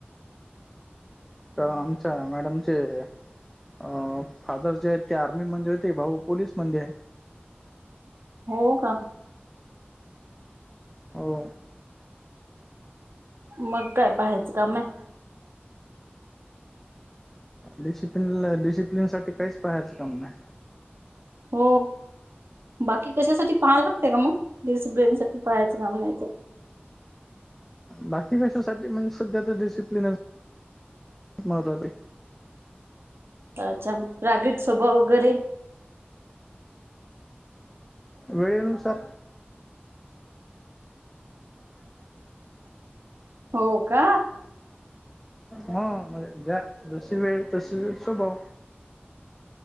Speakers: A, in the centre; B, on the right.
A: तर आमच्या मॅडमचे अ फादर जे आहेत ते आर्मीमध्ये होते भाऊ पोलीस मध्ये आहे
B: हो का
A: हो
B: मग काय पाहायचं काम आहे
A: डिसिप्लिन डिसिप्लिनसाठी काहिच पाहायचं काम नाही
B: हो बाकी कशासाठी पाहाय लागते का मग डिसिप्लन साठी पहायचं काम नाही तर
A: बाकी भाषांसाठी म्हणजे सध्या तर डिसिप्लिन महत्वाचं आहे
B: अच्छा रागीट स्वभाव वगैरे
A: वेळेनुसार
B: हो का
A: हा म्हणजे ज्या जशी वेळ तशी स्वभाव